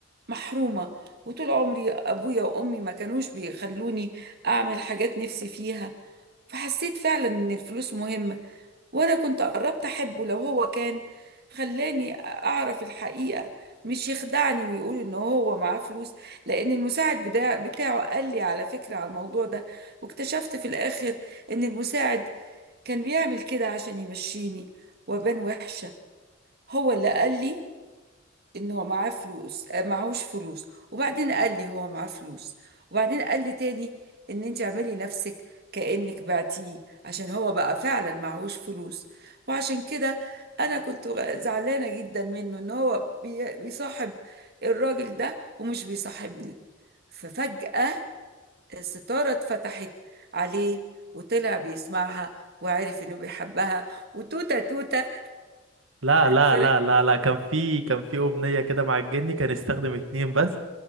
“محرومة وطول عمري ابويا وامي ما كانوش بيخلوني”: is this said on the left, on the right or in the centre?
Right